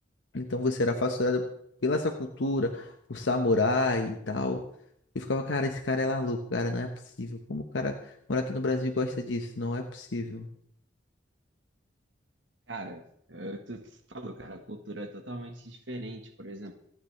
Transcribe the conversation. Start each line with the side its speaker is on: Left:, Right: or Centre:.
Left: Então você era fascinada pela essa cultura, por samurai e tal. Eu ficava, cara, esse cara é maluco, cara, não é possível. Como o cara mora aqui no Brasil e gosta disso? Não é possível.
Right: Cara, eh, tu falou, cara, a cultura é totalmente diferente, por exemplo.